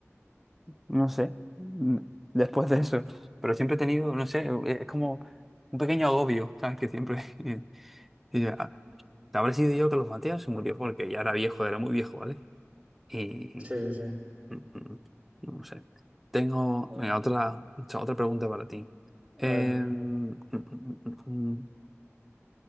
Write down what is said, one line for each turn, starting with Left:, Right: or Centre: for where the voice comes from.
Centre: No sé, mm, después de eso. Pero siempre he tenido, no sé, eh, es como un pequeño agobio, ¿sabes? Que siempre... <laughs> y ya, ah, habré sido yo que los Mateos se murió porque ya era viejo, era muy viejo, ¿vale? Y...
Right: Sí, sí. sí.
Centre: mm, mm, No sé. Tengo
Right: Wow.
Centre: venga, otra, otra otra pregunta para ti. Eh,
Right: A ver,
Centre: mm, mm, mm, mm, mm, mm.